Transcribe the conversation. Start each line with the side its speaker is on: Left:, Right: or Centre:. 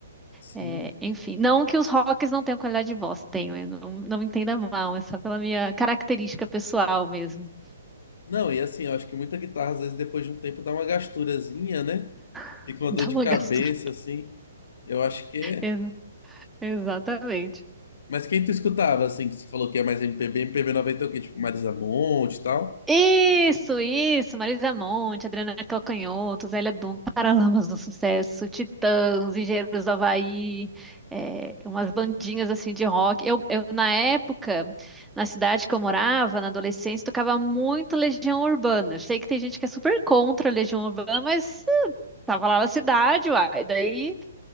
Left: Sim.
Centre: É, enfim, não que os rocks não tenham qualidade de voz, tenho, eu não, não me entenda mal, é só pela minha característica pessoal mesmo,
Left: Não, e assim, eu acho que muita guitarra, às vezes, depois de um tempo, dá uma gasturazinha, né?
Centre: <laughs>
Left: Fica uma dor
Centre: da
Left: de
Centre: mangastura.
Left: cabeça, assim. Eu acho que é.
Centre: Ex- Exatamente.
Left: Mas quem tu escutava, assim, que você falou que é mais MPB, MPB noventa é o quê? Tipo, Marisa Monte e tal?
Centre: Isso, isso, Marisa Monte, Adriana Calcanhoto, Zélia Duncan, Paralamas do Sucesso, Titãs, Engenheiros do Havaí, é, umas bandinhas assim de rock. Eu, eu, na época, na cidade que eu morava, na adolescência, tocava muito Legião Urbana. Eu sei que tem gente que é super contra a Legião Urbana, mas eh, tava lá na cidade, uai. Daí